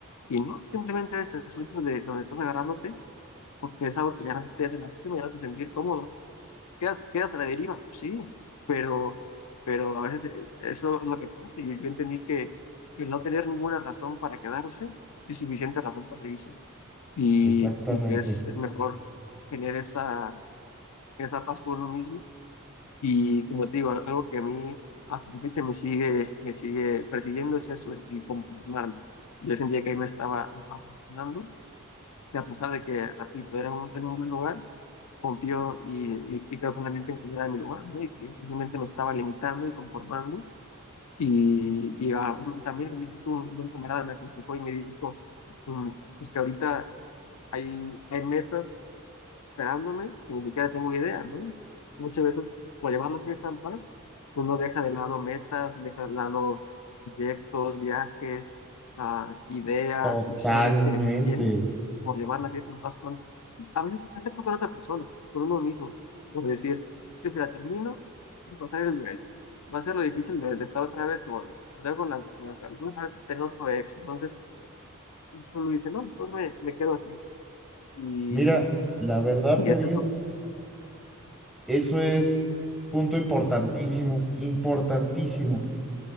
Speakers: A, on the left; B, in the centre.
A: Y no, simplemente a veces te sueltas de donde estás agarrándote, porque es algo que ya no te hace lastima, ya no te hace sentir cómodo quedas, quedas a la deriva, sí, pero, pero a veces eh, eso es lo que pasa. Yo, yo entendí que el no tener ninguna razón para quedarse es suficiente razón para irse y,
B: Exactamente.
A: y que es, es mejor tener esa, esa paz con uno mismo. Y como te digo, algo que a mí hasta la fecha me sigue, me sigue persiguiendo es eso, el, el conformarme. Yo sentía que ahí me estaba, me estaba conformando, y a pesar de que, repito, era un, era un buen lugar confió y, y, y quedó totalmente inclinada en mi lugar, ¿no? Y que simplemente me estaba limitando y conformando. Y, y a un- también, como dices tú, un, un camarada me aconsejó y me dijo, mm, pues que ahorita hay, hay metas esperándome y ni siquiera tengo idea, ¿no? Muchas veces, por llevar la fiesta en paz, uno deja de lado metas, deja de lado proyectos, viajes, ah, ideas,
B: Totalmente.
A: misiones que, que tiene, por llevar la fiesta en paz con, a veces no tiempo con otra persona, con uno mismo, por decir, que si la termino, voy a pasar el duelo. Va a ser lo difícil de, de estar otra vez solo. Luego la, la, la- tener otro ex. Entonces, uno dice, no, mejor me, me quedo así. Y,
B: Mira, la verdad,
A: y
B: Darío,
A: eso
B: eso es punto importantísimo, importantísimo.